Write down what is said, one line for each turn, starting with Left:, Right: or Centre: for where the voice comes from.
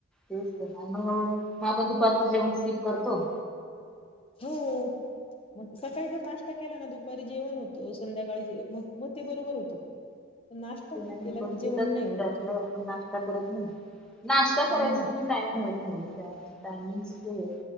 Centre: तेच तर मग मग आपण दुपारच जेवण स्किप करतो.
Left: हो मग सकाळीच नास्ता केला ना दुप दुपारी जेवण होतो संध्याकाळी जेव मग मग ते बरोबर होतं. पण नाश्ता
Centre: ते नाही
Left: केला
Centre: पण
Left: की जेवण
Centre: तिथंच
Left: नाही होत
Centre: आपल्या
Left: का?
Centre: आपण नाश्ता करत नाही नाश्ता
Left: हम्म
Centre: करायचा म्हणजे टाईमत हो त्या टायमिंगच आहे